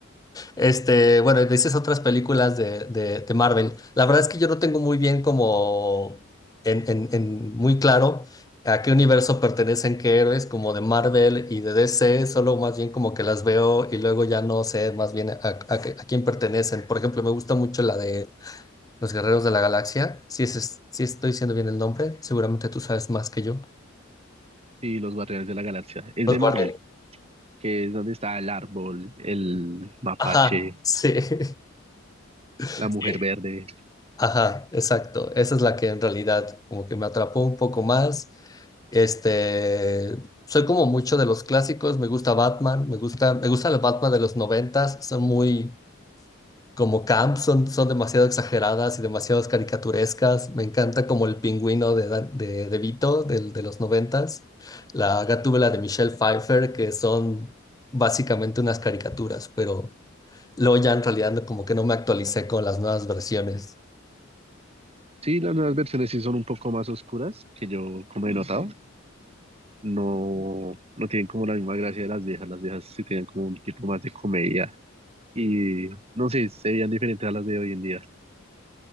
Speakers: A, on the left; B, on the right.
A: Este, bueno, y dices otras películas de, de, de Marvel. La verdad es que yo no tengo muy bien como en, en, en muy claro a qué universo pertenecen qué héroes, como de Marvel y de DC, solo más bien como que las veo y luego ya no sé más bien a, a- a quién pertenecen. Por ejemplo, me gusta mucho la de Los Guerreros de la Galaxia. Si es, es- si estoy diciendo bien el nombre, seguramente tú sabes más que yo.
B: Y los Guardianes de la Galaxia. Es
A: Los
B: de
A: Guardianes.
B: Marvel, que es donde está el árbol, el mapache,
A: Ajá, sí. <laughs>
B: la mujer verde.
A: Ajá, exacto. Esa es la que en realidad como que me atrapó un poco más. Este, soy como mucho de los clásicos, me gusta Batman, me gusta, me gusta el Batman de los noventas, son muy como camp, son, son demasiado exageradas y demasiado caricaturescas. Me encanta como el pingüino de, Dan- de, de Vito del, de los noventas, la Gatúbela de Michelle Pfeiffer, que son básicamente unas caricaturas, pero luego ya en realidad no- como que no me actualicé con las nuevas versiones.
B: Sí, las nuevas versiones sí son un poco más oscuras, que yo como he notado. No, no tienen como la misma gracia de las viejas. Las viejas sí tienen como un tipo más de comedia. Y no sé, se veían diferentes a las de hoy en día.